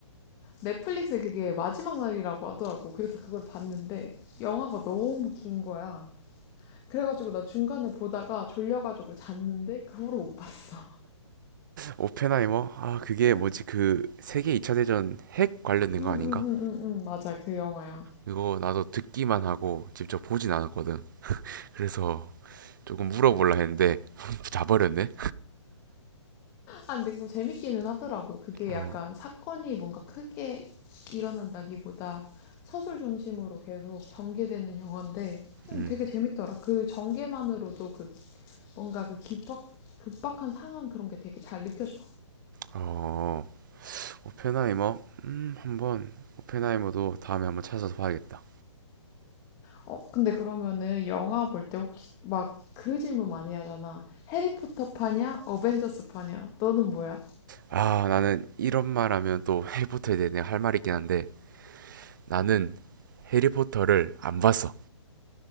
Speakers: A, on the left; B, on the right.
A: 넷플릭스에 그게 마지막 날이라고 하더라고. 그래서 그걸 봤는데 영화가 너무 긴 거야. 그래가지고 나 중간에 보다가 졸려가지고 잤는데 그 후로 못 봤어.
B: 오펜하이머? 아, 그게 뭐지, 그 세계 2차 대전 핵 관련된 거
A: 응응응응응
B: 아닌가?
A: <laughs> 맞아 그 영화야.
B: 그거 나도 듣기만 하고 직접 보진 않았거든. 그래서 조금 물어보려 했는데, <laughs> 자버렸네?
A: 아 근데 그거 재밌기는 하더라고. 그게
B: 어,
A: 약간 사건이 뭔가 크게 일어난다기보다 서술 중심으로 계속 전개되는 영화인데 음,
B: 음,
A: 되게 재밌더라. 그 전개만으로도 그 뭔가 그 급박 급박한 상황 그런 게 되게 잘 느껴져.
B: 어, 오펜하이머? 음, 한번, 오펜하이머도 다음에 한번 찾아서 봐야겠다.
A: 어 근데 그러면은 영화 볼 때 혹시 막 그 질문 많이 하잖아. 해리포터 파냐 어벤져스 파냐 너는 뭐야?
B: 아, 나는 이런 말 하면 또 해리포터에 대해 내가 할 말이 있긴 한데, 나는 해리포터를 안 봤어.